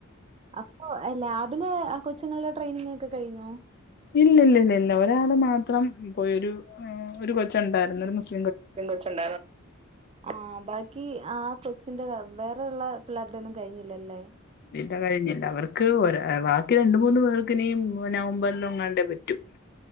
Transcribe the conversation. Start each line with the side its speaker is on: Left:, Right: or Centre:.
Right: അപ്പോ ലാബിലെ കൊച്ചുങ്ങളിലെ ട്രെയിനിങ് ഒക്കെ കഴിഞ്ഞോ
Left: ഇല്ല് ഇല്ല് ഇല്ല് ഇല്ല ഒരാള് മാത്രം പോയി ഒരു ആ ഒരു കൊച്ച് ഉണ്ടായിരുന്നു ഒരു മുസ്ലി
Right: പെൺ കൊച്ചുണ്ടായിരുന്നു ആഹാ ബാക്കി ആ കൊച്ചിന്റെ വേ വേറെയുള്ള പിള്ളേരുടെ ഒന്നും കഴിഞ്ഞില്ലല്ലേ
Left: ഇല്ല കഴിഞ്ഞില്ല അവർക്ക് ഒരാ ബാക്കി രണ്ട് മൂന്ന് പേർക്ക് ഇനിയും നവംബറിൽ എങ്ങാണ്ടേ പറ്റു